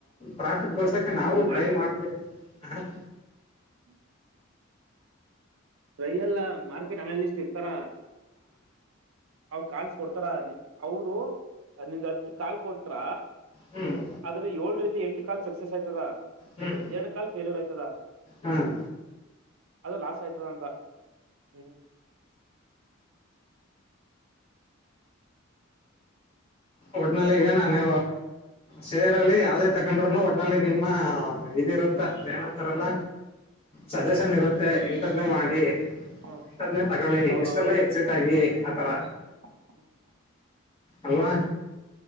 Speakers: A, on the left; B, on the right.
A: ಪ್ರಾಫಿಟ್ ಬರ್ ತಕ ನಾವು
B: ನೀನು
A: ಟ್ರೈ ಮಾಡ್ತೇವ್ ಆ.
B: ಹ್ಮ. ರಯಲ್ಲ ಮಾಡಿತೀನ್ ಅನಾಲಿಸ್ಟ್ ಇರ್ತಾರ, ಅವ್ ಕಾಲ್ಸ್ ಕೊಡ್ತಾರ ಅವ್ರು ನಿಂಗ್ ಹತ್ ಕಾಲ್ ಕೊಟ್ರ
A: ಹ್ಮ್
B: ಆದ್ರೆ ಹೊಳ್ರಿತಿ ಎಂಟ್ ಕಾಲ್ ಸಕ್ಸಸ್ ಆಯ್ತದ
A: ಹ್ಮ್
B: ಎಡ್ ಕಾಲ್ ಫೇಲ್ಯುರ್ ಆಯ್ತದ
A: ಹಾಂ
B: ಅದು ಲಾಸ್ ಆಯ್ತದ ಅಂ ತ ಹ್ಮ್.
A: ಒಟ್ನಲ್ಲಿ ಈಗ ನಾನು ಸೇರಲ್ಲಿ ಯಾವ್ದೇ ತಕಂಡ್ರುನು ಒಟ್ನಲ್ಲಿ ನಿಮ್ಮ ಇದಿರುತ್ತ ಅದ್ ಏನಂತರಲ್ಲ ಸಜೆಷನ್ ಇರುತ್ತೆ ಇಲ್ ಇಂತದ್ನೇ ಮಾಡಿ
B: ಹ್ಮ್
A: ಇಂತದ್ನೇ ತಗಳಿ
B: ಹೌದೌದು
A: ಇಷ್ಟ್ರಲ್ಲೆ ಎಕ್ಸಿಟ್ ಆಗಿ. ಆತರ.
B: ಹ್ಮ್.
A: ಅಲ್ವಾ.